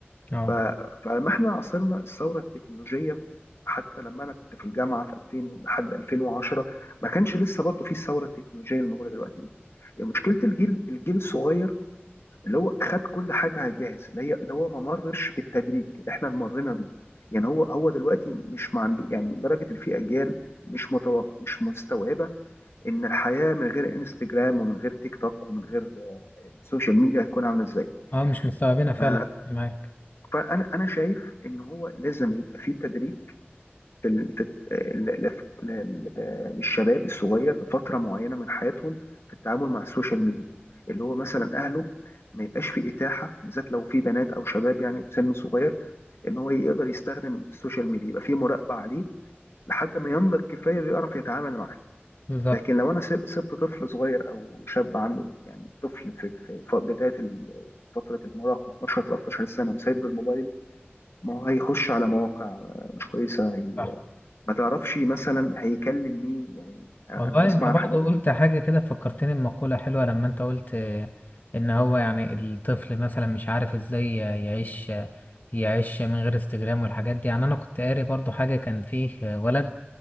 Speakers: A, on the left; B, on the left.
A: اه
B: ف... فلما احنا عاصرنا الثوره التكنولوجيه حتى لما انا كنت في الجامعه في 2000 لحد 2010 ما كانش لسه برضه في الثوره التكنولوجيه الموجوده دلوقتي دي مشكله الجيل الجيل الصغير اللي هو خد كل حاجه على الجاهز اللي هي اللي هو ما مرش بالتدريج اللي احنا مرينا بيه يعني هو هو دلوقتي مش ما عنده يعني لدرجه ان في اجيال مش متوقع مش مستوعبه ان الحياه من غير انستجرام ومن غير تيك توك ومن غير آه، السوشيال ميديا هتكون عامله ازاي
A: اه مش مستوعبينها فعلا
B: ف-
A: معاك
B: فانا انا شايف ان هو لازم يبقى في تدريب في ال- في الت- ل- ل- ل- ل- للشباب الصغير في فتره معينه من حياتهم في التعامل مع السوشيال ميديا اللي هو مثلا اهله ما يبقاش في اتاحه بالذات لو في بنات او شباب يعني في سن صغير ان هو يقدر يستخدم السوشيال ميديا يبقى في مراقبه عليه لحد ما ينضج كفايه يعرف يتعامل معاه
A: بالظبط
B: لكن لو انا سبت سبت طفل صغير او شاب عنده يعني طفل في في ف- بدايه ال- فتره المراهقه 12 13 سنه وسايب له الموبايل ما هو هيخش على مواقع آه، مش كويسه هي
A: صح
B: ما تعرفش مثلا هيكلم مين يعني انا
A: والله
B: بسمع
A: انت برضو
B: عن حاجات
A: قلت حاجة كده فكرتني بمقولة حلوة لما انت قلت آه، ان هو يعني الطفل مثلا مش عارف ازاي يعيش يعيش من غير انستجرام والحاجات دي يعني انا كنت قاري برضو حاجة كان فيه ولد